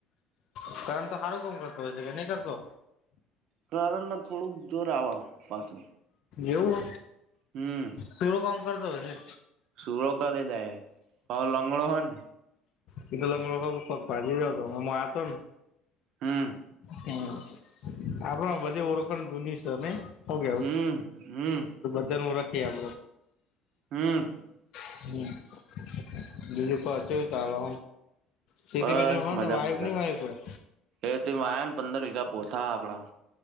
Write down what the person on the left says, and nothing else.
હ કારણ તો સારું કોમ કરતો હોય છે કે નહી કરતો
એવું
શૂરો કામ કરતો હશે
ક તો લંગ ફગ ભજ જતો હતો.
હમ આપડ બધી ઓળખણ ધૂની છે નહી આવ કેવું
બધા હું રખીએમ
હ બિલ્જી પરચી ચલે સીધી
બીધી હોય
ને વાયફ
નઈ વાય હોય